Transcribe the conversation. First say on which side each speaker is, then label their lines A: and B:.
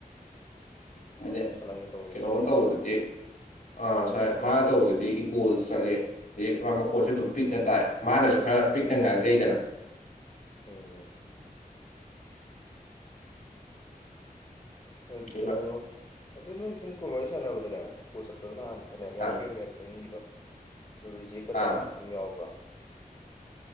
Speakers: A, on the left; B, on the left.
A: ꯍꯥꯏꯗꯤ
B: ꯁꯂꯥꯏꯒ ꯇꯧꯕꯗ
A: ꯀꯩꯅꯣ
B: ꯆꯠꯂꯤꯔꯥ
A: ꯇꯧꯕꯗꯨꯗꯤ ꯑꯥ ꯉꯁꯥꯏ ꯃꯥ ꯇꯧꯕꯗꯗꯤ ꯏꯀꯣꯁꯨ ꯆꯠꯂ ꯑ ꯃꯈꯣꯠꯁꯨ ꯑꯗꯨꯝ ꯄꯤꯛꯅ ꯇꯥꯏ ꯃꯥꯅꯁꯨ ꯈꯔ ꯄꯤꯛꯅ ꯉꯥꯡꯖꯩꯗꯅ
B: ꯎꯝ ꯑꯣ
A: ꯑꯗꯨꯅ
B: ꯑ ꯅꯣꯏ ꯁꯨꯝ ꯀꯣꯂꯣꯏ ꯁꯥꯟꯅꯕꯗꯅꯦ ꯀꯣ ꯆꯠꯄꯗꯅꯍꯥꯟ ꯐꯅꯌꯥꯝ ꯌꯥꯎꯈꯤꯕꯅꯦꯕ
A: ꯑꯥ
B: ꯅꯣꯏꯅꯤꯒꯤꯗꯣ ꯑꯗꯨꯣ ꯔꯤꯖꯦꯛꯀ ꯆꯥꯕꯗ
A: ꯑꯥ
B: ꯑꯗꯨꯝ ꯌꯥꯎꯕ꯭ꯔꯥ